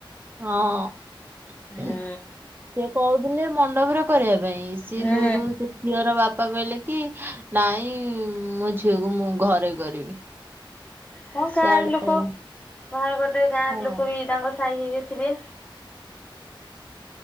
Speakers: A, on the right; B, on the left.
A: ହଁ।
B: ହୁଁ
A: ସିଏ କହୁଥିଲେ ମଣ୍ଡପରେ କରିଆ ପାଇଁ ସିଏ
B: ହୁଁ
A: ଯୋଉଠୁ ସେ ଝିଅର ବାପା କହିଲେ କି ନାଇଁ ମୋ ଝିଅକୁ ମୁଁ ଘରେ କରିବି।
B: ହଁ ଗାଁ
A: ସିଆଡେ
B: ର ଲୋକ ବାହାର କରିଦେବେ ଗାଁ
A: ହଁ
B: ର ଲୋକ ବି ତାଙ୍କ ସାହି ହେଇକିଥିବେ।